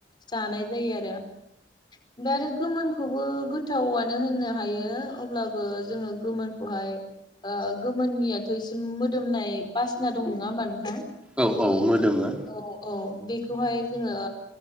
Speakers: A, on the left; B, in the centre.
A: जानाय जायो आरो ओमफ्राय आरो गोमोनखौबो गोथावानो होननो हायो अब्लाबो जोङो गोमोनखौहाय ओ गोमोननियाथ इसिम मोदोमनाय बासिना दं नङा होमबा नोंथां।
B: औ औ मोदोमो
A: औ औ बेखौहाय। जोङो